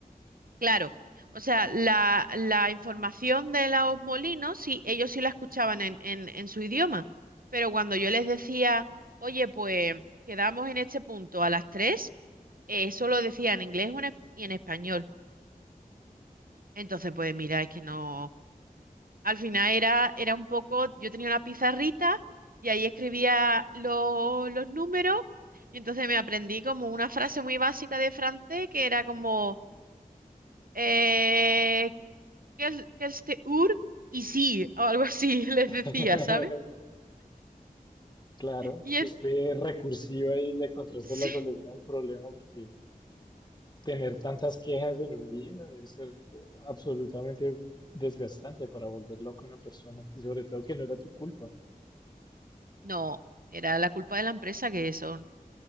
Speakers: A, on the right; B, on the left.
A: claro. O sea, la, la información de los molinos, sí, ellos sí la escuchaban en, en, en su idioma, pero cuando yo les decía, oye, pues quedamos en este punto a las tres Eso lo decía en inglés o en es- y en español. Entonces, pues mira, es que no. Al final era, era un poco. Yo tenía una pizarrita y ahí escribía lo- los números. Y entonces me aprendí como una frase muy básica de francés que era como. Eh, "Quel- quel te ur y sí, o algo así <laughs> les
B: <laughs>
A: decía, ¿sabes?
B: Claro,
A: Y
B: fuiste
A: en-
B: recursiva y le encontraste
A: <laughs>
B: la solución
A: sí.
B: al problema porque tener tantas quejas en un día debe ser absolutamente desgastante para volver loca a una persona y sobre todo que no era tu culpa.
A: No, era la culpa de la empresa que son